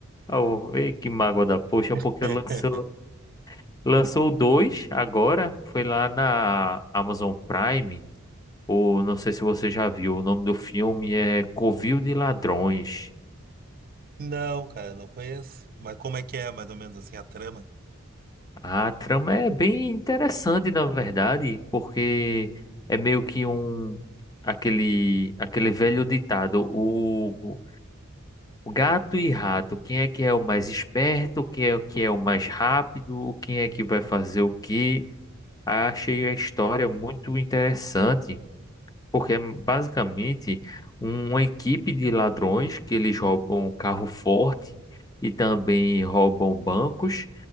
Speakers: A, on the left; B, on the right.
A: Oh, que mágoa da poxa, porque
B: <laughs>
A: lançou, lançou dois agora. Foi lá na Amazon Prime. Ou não sei se você já viu. O nome do filme é Covil de Ladrões.
B: Não, cara, não conheço. Mas como é que é, mais ou menos assim, a trama?
A: A trama é bem interessante, na verdade, porque é meio que um. Aquele, aquele velho ditado, o O gato e rato, quem é que é o mais esperto, quem é o que é o mais rápido, quem é que vai fazer o quê? Achei a história muito interessante, porque é basicamente uma equipe de ladrões que eles roubam um carro forte e também roubam bancos,